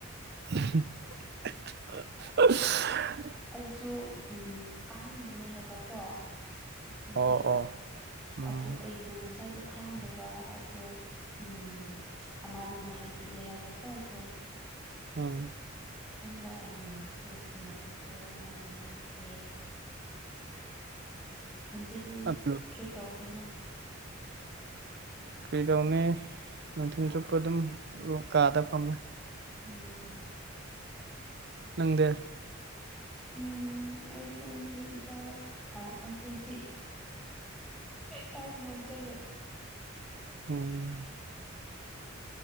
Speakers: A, on the right (about 55°); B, in the centre.
A: <unintelligible>
B: ꯑꯩꯁꯨ ꯎꯝ ꯑꯍꯟꯕꯅꯦ ꯍꯥꯏꯕꯀꯣ ꯉꯁꯤꯁꯦ
A: ꯑꯣ ꯑꯣ ꯎꯝ
B: ꯑꯗꯨ ꯑꯩꯗꯣ ꯉꯁꯥꯏꯗꯣ ꯈꯪꯗꯕ ꯑꯗꯨ ꯎꯝ ꯑꯃꯥꯗꯨꯅ ꯍꯥꯏꯕꯤꯌꯦ ꯍꯥꯏꯕꯀꯣ ꯑꯩꯕꯨ
A: ꯎꯝ
B: ꯑꯍꯥꯟꯕ ꯑꯩꯅ ꯋꯔꯤ ꯁꯅꯥꯄꯇꯣ ꯃꯥꯅ ꯍꯥꯏꯕꯤꯌꯦ ꯉꯁꯤꯗꯤ
A: ꯑꯗꯨ
B: ꯀꯩ ꯇꯧꯒꯦꯅ
A: ꯀꯔꯤꯗꯧꯅꯤ ꯅꯨꯡꯊꯤꯟ ꯆꯨꯞꯄ ꯑꯗꯨꯝ ꯀꯥꯗ ꯐꯝꯃꯦ
B: ꯎꯝ
A: ꯅꯪꯗꯤ
B: ꯎꯝ ꯑꯩꯁꯨ ꯑꯁꯤ ꯏꯝꯐꯥꯜ ꯑꯩꯁꯨ ꯉꯁꯤ ꯀꯥꯏꯗꯅꯣꯃꯥ ꯆꯠꯂꯦ
A: ꯎꯝ